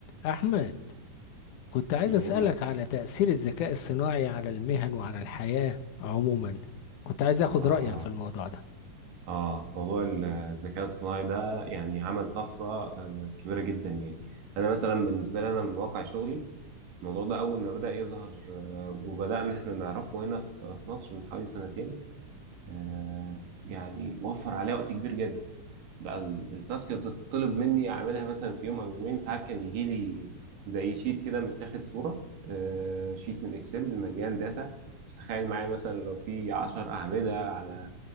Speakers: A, on the left; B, on the right.
A: أحمد كنت عايز
B: ايوه
A: أسألك على تأثير الذكاء الصناعي على المهن وعلى الحياة عموما كنت عايز أخد
B: اه
A: رأيك في الموضوع ده
B: اه موضوع الذكاء الصناعي ده يعني عمل طفره آه كبيره جدا يعني انا مثلا بالنسبه لي انا من واقع شغلي الموضوع ده اول ما بدا يظهر آه وبدانا احنا نعرفه هنا في في مصر من حوالي سنتين آه، يعني وفر عليا وقت كبير جدا بقى ال- التاسك اللي تطلب مني اعملها مثلا في يوم او يومين ساعات كان يجي لي زي شيت كده متاخد صوره آه، شيت من اكسل مليان داتا فتخيل معايا مثلا لو في 10 اعمده على